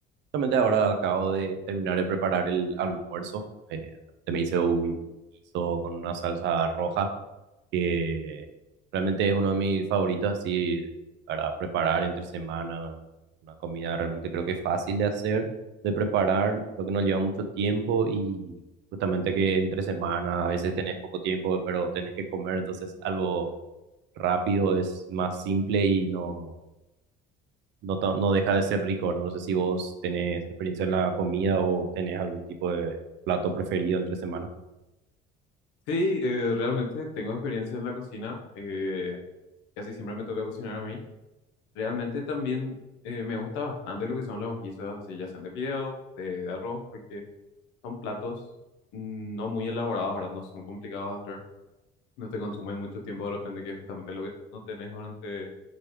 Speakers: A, on the right; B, on the left.
A: Justamente ahora acabo de terminar de preparar el almuerzo. Eh, realmente me hice un guiso con una salsa roja que realmente es uno de mis favoritos así para preparar entre semana. Una comida realmente creo que fácil de hacer, de preparar, lo que no lleva mucho tiempo y justamente que entre semana a veces tenés poco tiempo, pero tenés que comer, entonces algo rápido es más simple y no no, ta- no deja de ser rico, ¿verdad? No sé si vos tenés experiencia en la comida o tenés algún tipo de plato preferido entre semana.
B: Sí, eh, realmente tengo experiencia en la cocina, eh, casi siempre me toca cocinar a mí. Realmente también eh, me gusta bastante lo que son los guisos, así ya sean de fideo, de, de arroz, porque son platos mm, no muy elaborados, ¿verdad? No son complicados de hacer, no te consumen mucho tiempo de repente, que es justamente lo que no tenés durante